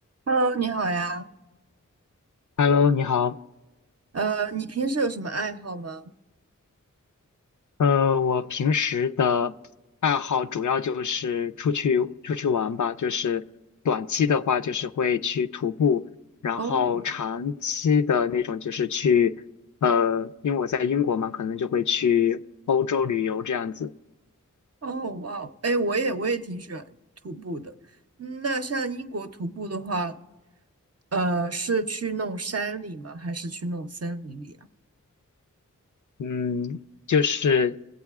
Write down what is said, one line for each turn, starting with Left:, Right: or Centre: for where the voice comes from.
Right: Hello，你好呀。
Left: Hello，你好。
Right: 呃，你平时有什么爱好吗？
Left: 呃，我平时的爱好主要就是出去出去玩吧，就是短期的话就是会去徒步，然后长期的那种就是去，
Right: 哦
Left: 呃，因为我在英国嘛，可能就会去欧洲旅游这样子。
Right: 哦，哇哦，哎，我也我也挺喜欢徒步的。嗯那像英国徒步的话，呃，是去那种山里吗？还是去那种森林里啊？
Left: 嗯，就是